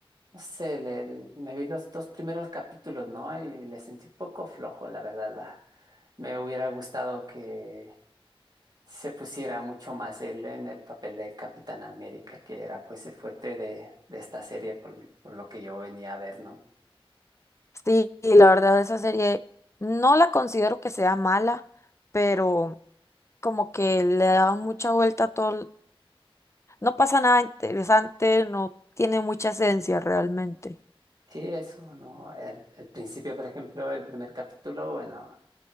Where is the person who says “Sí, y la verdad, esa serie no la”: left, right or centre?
Left